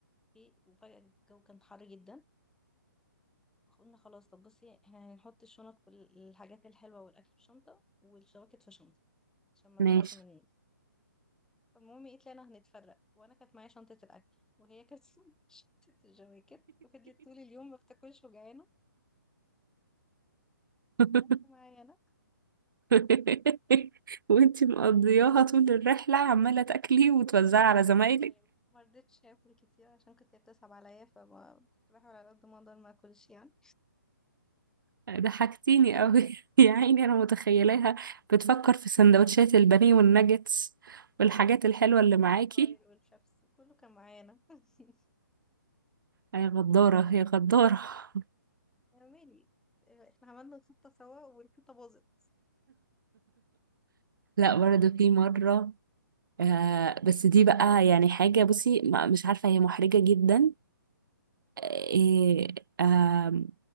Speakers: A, in the centre; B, on the right.
A: إيه، وفجأة الجو كان حر جدا قلنا خلاص طب بصي احنا هنحط الشنط والحاجات الحلوة والأكل في شنطة والشواكت في شنطة عشان ما
B: ماشي
A: تقعش مني فالمهم ايه طلعنا هنتفرق وانا كانت معايا شنطة الأكل وهي كانت <laughs> شنطة الجواكت وفضلت طول اليوم ما بتاكلش وجعانة
B: <laughs>
A: الأكل معايا أنا
B: <laughs> وانتي مقضياها طول الرحلة عمالة تاكلي وتوزعي على زمايلك
A: لا والله ما رضيتش آكل كتير عشان كنت هي بتسحب عليا فما كنت بحاول على قد ما أقدر ما أكلش يعني
B: ضحكتيني قوي <laughs> يا عيني انا متخيلاها بتفكر في سندوتشات البانيه والناجتس والحاجات الحلوة اللي
A: والعصاير
B: معاكي
A: والشبس وكله كان معايا أنا <laughs>
B: يا غدارة يا غدارة <laughs>
A: يا مالي احنا عملنا الخطة سوا والخطة باظت
B: لا برضه في مرة آه بس دي بقى يعني حاجة بصي ما- مش عارفة هي محرجة جدا آه آه